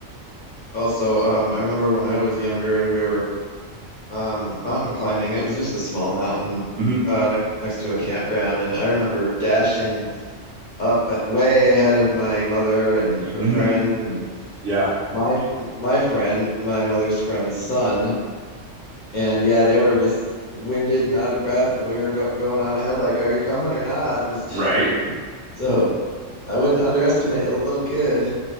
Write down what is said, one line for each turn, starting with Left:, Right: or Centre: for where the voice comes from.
Left: also, um, I remember when I was younger and we were um mountain climbing. It was just a small mountain
Right: hmm
Left: uh next next to a campground and I remember dashing up uh, way ahead of my mother and her
Right: hmm
Left: friend and
Right: Yeah.
Left: my my friend, my mother's friend's son. And yeah, they were just winded and out of breath and we were go going on ahead like, are you coming or not? <laughs> Just,
Right: Right.
Left: so I wouldn't underestimate a little kid.